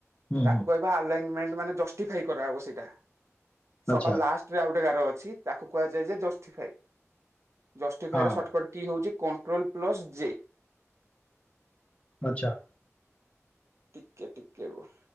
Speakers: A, on the left; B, on the right.
A: ହୁଁ
B: ତାକୁ କହିବା ଆଲେଇନ୍ ମେଣ୍ଟ ମାନେ ଜଷ୍ଟିଫାଏ କରାହବ ସେଇଟା। ସଭା
A: ଆଚ୍ଛା
B: ଲାଷ୍ଟ ରେ ଆଉ ଗୋଟେ ଗାର ଅଛି। ତାକୁ କୁହାଯାଏ ଯେ ଜଷ୍ଟିଫାଏ ଜସଟିଫାଇ
A: ହଁ
B: ର ସଟର୍କଟ କି ହଉଛି, କଣ୍ଟ୍ରୋଲ ପ୍ଲସ୍ ଜେ
A: ଆଚ୍ଛା।
B: ଟିକେ ଟିକେ ରୁହ।